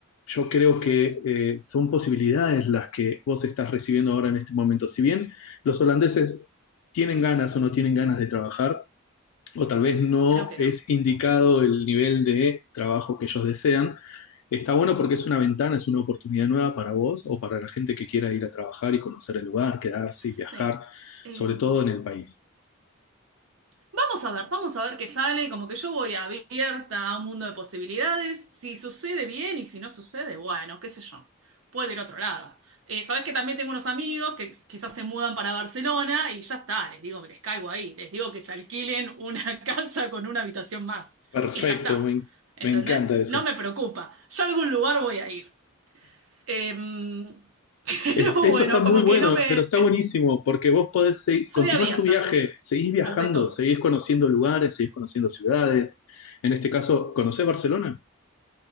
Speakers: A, on the left; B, on the right.
A: yo creo que eh, son posibilidades las que vos estás recibiendo ahora en este momento. Si bien los holandeses tienen ganas o no tienen ganas de trabajar, o tal vez no
B: creo que
A: es
B: no.
A: indicado el nivel de trabajo que ellos desean, Está bueno porque es una ventana, es una oportunidad nueva para vos o para la gente que quiera ir a trabajar y conocer el lugar, quedarse
B: Sí.
A: y viajar,
B: Em,
A: sobre todo en el país.
B: vamos a ver, vamos a ver qué sale. Como que yo voy abierta a un mundo de posibilidades. Si sucede bien y si no sucede, bueno, qué sé yo. Puedo ir a otro lado. Eh, sabés que también tengo unos amigos que quizás se mudan para Barcelona y ya está, les digo, les caigo ahí, les digo que se alquilen una <laughs> casa con una habitación más
A: Perfecto,
B: y ya está.
A: me, en-
B: ¿Entendés?
A: me encanta eso.
B: No me preocupa. Yo a algún lugar voy a ir. Em, <laughs> pero
A: Es- eso
B: bueno,
A: está muy
B: como
A: bueno,
B: que no me...
A: pero está buenísimo porque vos podés seguir,
B: Soy
A: continuás
B: abierta,
A: tu viaje, seguís viajando,
B: ante todo.
A: seguís conociendo lugares, seguís conociendo ciudades. En este caso, ¿conocés Barcelona?